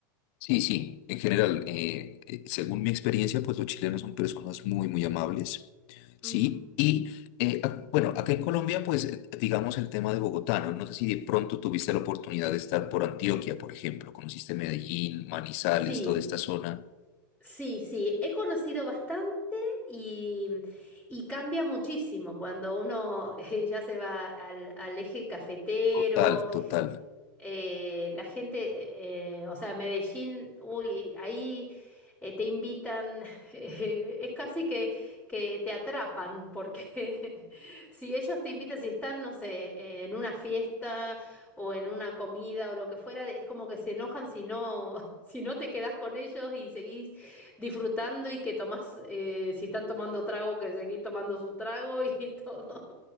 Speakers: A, on the left (about 40°); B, in the centre.
A: Sí, sí, en general, eh, eh, según mi experiencia, pues los chilenos son personas muy, muy amables, ¿sí?
B: Ujú.
A: Y eh, ac- bueno, acá en Colombia, pues eh, digamos el tema de Bogotá, ¿no? No sé si de pronto tuviste la oportunidad de estar por Antioquia, por ejemplo, conociste Medellín, Manizales,
B: Sí,
A: toda esta zona.
B: Sí, sí, he conocido bastante y, y cambia muchísimo cuando uno <laughs> eh, ya se va al, al eje cafetero
A: Total, total.
B: eh, la gente, eh, o sea, Medellín, uy, ahí eh, te invitan, <laughs> eh, es casi que, que te atrapan, porque <laughs> si ellos te invitan, si están, no sé, eh, en una fiesta o en una comida o lo que fuera, es como que se enojan si no, <laughs> si no te quedás con ellos y seguís disfrutando y que tomás, eh, si están tomando trago, que seguís tomando su trago y <laughs> todo